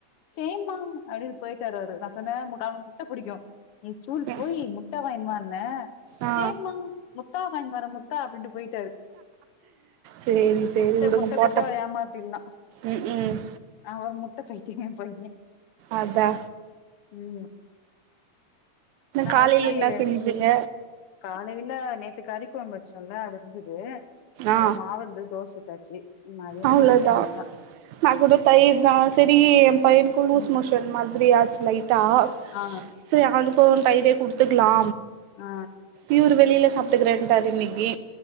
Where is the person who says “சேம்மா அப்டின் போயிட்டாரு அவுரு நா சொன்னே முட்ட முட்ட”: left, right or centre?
Left